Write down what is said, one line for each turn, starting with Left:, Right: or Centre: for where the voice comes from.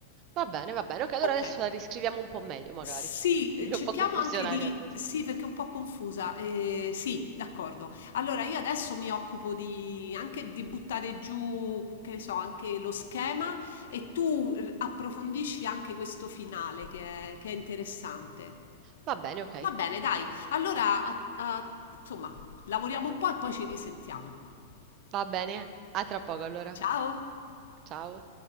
Right: Va bene, va bene, ok, allora
Left: Okay.
Right: adesso la riscriviamo un po' meglio magari,
Left: Sì, ehm,
Right: <laughs> perché
Left: cerchiamo
Right: è un po' confusionaria
Left: anche di
Right: così.
Left: sì, perché è un po' confusa. Ehm, sì, d'accordo. Allora io adesso mi occupo di anche di buttare giù, che ne so, anche lo schema e tu r approfondisci anche questo finale che è che è interessante.
Right: Va bene, ok,
Left: Va bene, dai. Allora a a insomma, lavoriamo un po' e poi ci risentiamo.
Right: va bene, a tra poco allora.
Left: Ciao.
Right: Ciao.